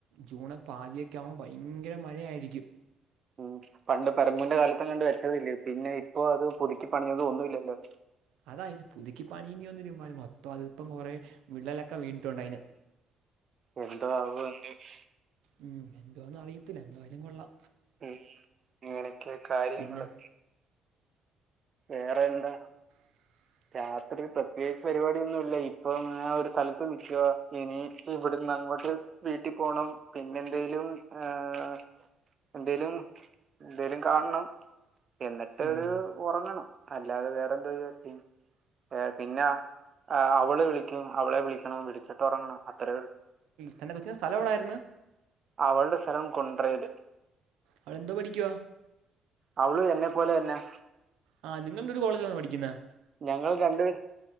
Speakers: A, on the right; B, on the right.
A: ജൂണെ- പാതിയൊക്കെ ആകുമ്പോ ഭയങ്കര മഴയായിരിക്കും
B: ഉം പണ്ട് പരമൂന്റെ കാലതാങ്ങാണ്ട് വെച്ചതല്ലിയോ പിന്നെ ഇപ്പൊ അത് പുതുക്കി പണിഞ്ഞത് ഒന്നുമില്ലല്ലോ
A: അതായത് പുതുക്കി പണിഞ്ഞി വരുമ്പും മൊത്തം അതി ഇപ്പം കുറേ വിള്ളലൊക്കെ വീണിട്ടുണ്ടെയിന്
B: എന്തോ ആവോ എന്ന് <unintelligible>
A: ഉം എന്തുവാന്ന് അറിയത്തില്ല എന്തുവായാലും കൊള്ളാം
B: ഉം ഇങ്ങനൊക്കെയാ കാര്യങ്ങള്
A: പിന്നെ
B: വേറെ എന്താ
A: <inaudible>
B: രാത്രി പ്രത്യേകിച്ച് പരിപാടിയൊന്നും ഇല്ല ഇപ്പൊ ഒരു സ്ഥലത്ത് നിൽക്കുവ ഇനി ഇവിടുന്ന് അങ്ങോട്ട്- വീട്ടിപോണം പിന്നെന്തേലും ഏ- എന്തേലും എന്തേലും കാണണം എന്നിട്ട്
A: ഉം
B: ഒറങ്ങണം അല്ലാതെ വേറെന്തോത് <unintelligible> ചെയ്യും ഏ പിന്നെ അവള് വിളിക്കും അവളെ വിളിക്കണം വിളിച്ചിട്ട് ഒറങ്ങണം അത്രേയുള്ളൂ
A: തന്റെ കൊച്ചിന്റെ സ്ഥലെവിടെയായിരുന്ന്
B: അവളുടെ സ്ഥലം കുണ്ടറേല്
A: അവളെന്തോ പഠിക്കുവാ
B: അവളും എന്നെ പോലെ തന്നയ
A: ആ നിങ്ങള് രണ്ടും ഒരു കോളേജിലാണോ പഠിക്കുന്നെ
B: ഞങ്ങൾ രണ്ട്പേര്